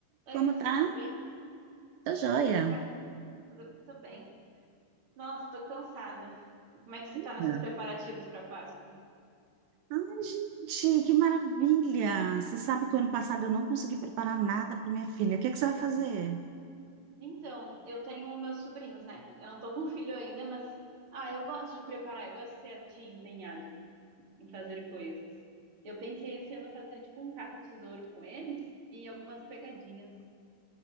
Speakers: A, on the right (about 30°); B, on the right (about 80°).
A: Oi,
B: Como
A: Lucia,
B: tá?
A: tudo bem?
B: Tá joia.
A: Como é? Tudo, tudo bem. Nossa, tô cansada. Como é que você
B: Ana.
A: tá nesses preparativos pra Páscoa?
B: Ai, gente, que maravilha! Você sabe que o ano passado eu não consegui preparar nada para minha filha. O que é que você vai fazer,
A: Então, eu tenho meus sobrinhos, né? Eu não tô com <laughs> filho ainda, mas ah, eu gosto de preparar, eu gosto de ser a tia empenhada em fazer coisas. Eu pensei esse ano fazer tipo um caça-tesouro com eles e algumas pegadinhas,